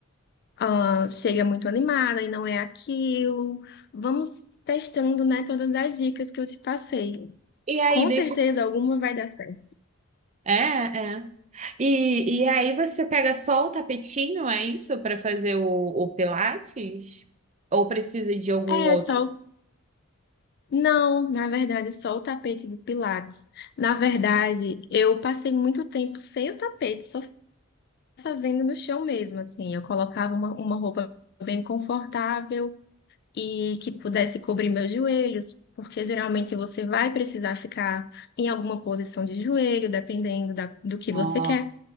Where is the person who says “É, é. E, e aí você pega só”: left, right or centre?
Right